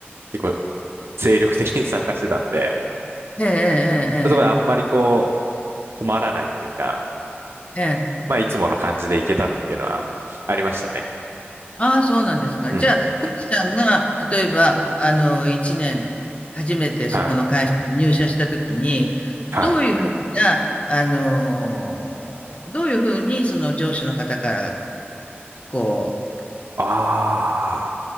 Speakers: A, on the right; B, on the left.
A: 結構精力的に参加してたんで、
B: ええ、
A: そういうところであんまりこう、
B: え
A: 困らないというか、
B: え、ええ。ええ
A: まあ、いつもの感じでいけたっていうのはありましたね。
B: ああ、そうなんですか。
A: うん、
B: じゃあ、
A: うん、
B: コウキさんが、
A: うん。
B: 例えば、あの、1年、初めてそこの会社に入社した時に、
A: はい、
B: どういうふうな、
A: はい。
B: あの、どういうふうに、その上司の方から、こ
A: あ